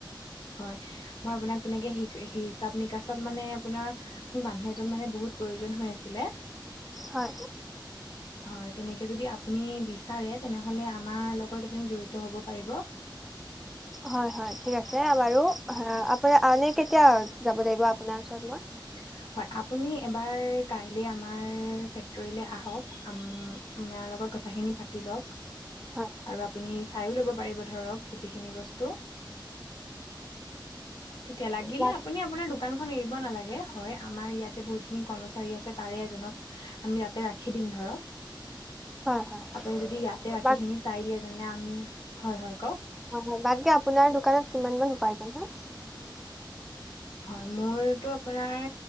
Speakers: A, on the left; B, in the centre.
A: হয়। মই আপোনাক তেনেকে হিচাপ নিকাচত মানে আপোনাৰ মোক মানুহ এজন মানে বহুত প্ৰয়োজন হৈ আছে। <unintelligible>
B: হয়
A: হয়, তেনেকে যদি আপুনি বিচাৰে তেনেহলে আমাৰ লগত‌ আপুনি জৰিত হব পাৰিব।
B: হয় হয় ঠিক আছে। বাৰু আপোনাৰ আনে কেতিয়া যাব লাগিব আপোনাৰ ওচৰত মই?
A: <inaudible> হয় আপুনি এবাৰ কাইলে আমাৰ ফেক্টৰীলে আহক, আম - আমাৰ ল কথাখিনি পাতি লওক
B: হয়
A: আৰু আপুনি চাইও ল'ব পাৰিব ধৰক গোটেইখিনি বস্তু। তেতিয়া লাগিলে
B: বা
A: আপুনি আপোনাৰ দোকানখন এৰিব নালাগে। হয় আমাৰ ইয়াতে বহুত খিনি কৰ্মচাৰী আছে, তাৰে এজনক আমি তাতে ৰাখি দিম ধৰক।
B: হয় হয়
A: আপুনি যদি ইয়াতে বাকীখিনি
B: বাক
A: চাই দিয়ে তেনে আমি, হয় হয় কওক।
B: হয় হয়। বাকী আপোনাৰ দোকানত কিমানমান উপাৰ্জন হয়?
A: হয়, মোৰটো আপোনাৰ